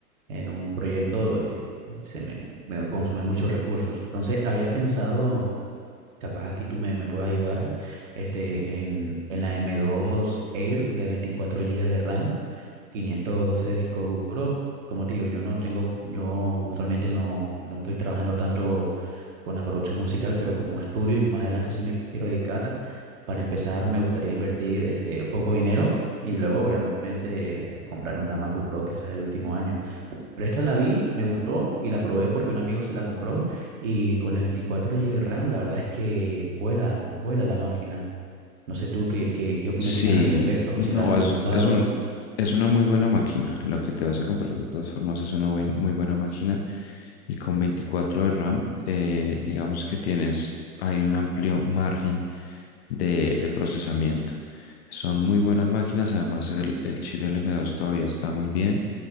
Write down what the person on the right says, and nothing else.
en un proyecto, eh, se me, me consume muchos recursos. Entonces, había pensado Capaz aquí tú me, me puedes ayudar. Este, en, en la M2 Air de 24 gigas de RAM, 512 de disco duro. Como te digo, yo no tengo, yo usualmente no, no estoy trabajando tanto con la producción musical, pero como estudio y más adelante sí me quiero dedicar, para empezar me gustaría invertir este, poco dinero y luego obviamente comprarme una MacBook Pro quizás el último año. Pero esta la vi, me gustó y la probé porque un amigo se la compró y con las 24 GB de RAM, la verdad es que vuela, vuela la máquina. No sé tú qué, qué, qué opinión
tienes al respecto,
si la has
usado.